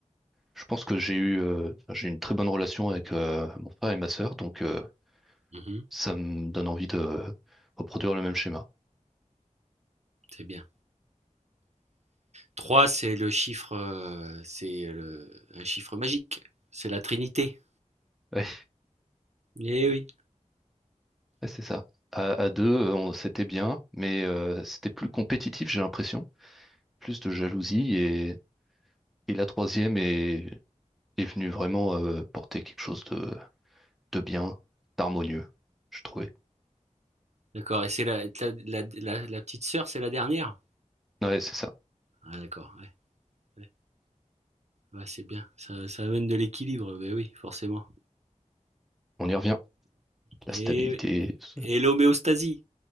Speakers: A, in the centre; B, on the right.
A: je pense que j'ai eu euh, enfin, j'ai une très bonne relation avec euh, mon frère et ma sœur, donc euh,
B: Mmh
A: ça me donne envie de reproduire le même schéma.
B: C'est bien. 3, c'est le chiffre, heu, c'est le un chiffre magique, c'est la Trinité.
A: Ouais.
B: Eh oui,
A: Ouais, c'est ça. À, à deux, euh, on- c'était bien, mais euh, c'était plus compétitif, j'ai l'impression. Plus de jalousie et, et la troisième est, est venue vraiment euh, porter quelque chose de, de bien, d'harmonieux, je trouvais.
B: d'accord et c'est la la la la la petite sœur, c'est la dernière?
A: Ouais, c'est ça.
B: Ah d'accord, ouais, ouais, ouais, c'est bien, ça ça amène de l'équilibre, beh oui, forcément.
A: On y revient. La
B: Eh
A: stabilité,
B: oui
A: ce-
B: et l'homéostasie.